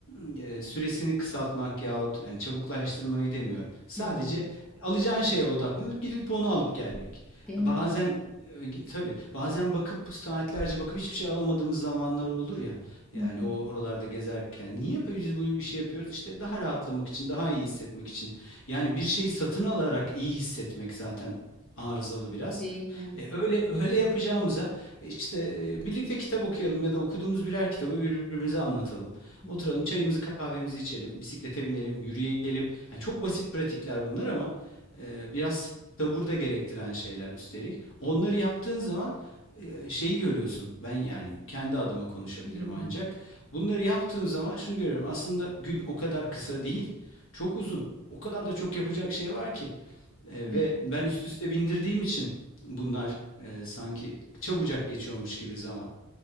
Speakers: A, on the left; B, in the centre.
A: eee, süresini kısaltmak yahut yani çabuklaştırmayı demiyorum. Sadece
B: hı hı.
A: alacağın şeye odaklanıp gidip onu alıp gelmek.
B: Değil mi?
A: Bazen e, tabii bazen bakıp saatlerce bakıp hiçbir şey alamadığımız zamanlar olur ya. Yani
B: Hı hı,
A: o oralarda gezerken niye biz bu işi yapıyoruz? İşte daha rahatlamak için, daha iyi hissetmek için. Yani bir şeyi satın alarak iyi hissetmek zaten arızalı biraz.
B: değil mi?
A: E, öyle öyle yapacağımıza e, işte e, birlikte kitap okuyalım ya da okuduğumuz birer kitabı birbirimize anlatalım.
B: Hı
A: Oturalım,
B: hı,
A: çayımızı, kahvemizi içelim, bisiklete binelim, yürüyelim. Yani çok basit pratikler bunlar ama e, biraz sabır da gerektiren şeyler üstelik. Onları yaptığın zaman e, şeyi görüyorsun. Ben yani kendi adıma konuşabilirim
B: hı hı.
A: ancak. Bunları yaptığım zaman şunu görüyorum. Aslında gün o kadar kısa değil. Çok uzun. O kadar da çok yapacak şey var ki. E,
B: Evet,
A: ve ben üst üste bindirdiğim için bunlar e, sanki çabucak geçiyormuş gibi zaman.